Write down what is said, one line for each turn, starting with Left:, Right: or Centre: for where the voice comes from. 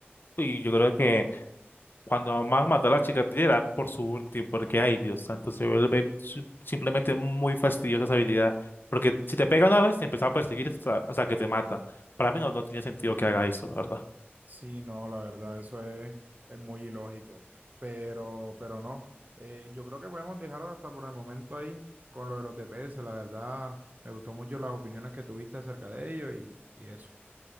Left: Y yo creo que Cuando más mató a la chica era por su ulti, porque ay Dios santo, se vuelve su- simplemente muy fastidiosa esa habilidad. Porque si te pega una vez, te empieza a perseguir hasta, hasta que te mata. Para mí no, no tiene sentido que haga eso, la verdad.
Right: Sí, no, la verdad, eso es, es muy ilógico, pero, pero no, Eh, yo creo que podemos dejarlo hasta por el momento ahí con lo de los DPS, la verdad, me gustó mucho las opiniones que tuviste acerca de ello y, y eso.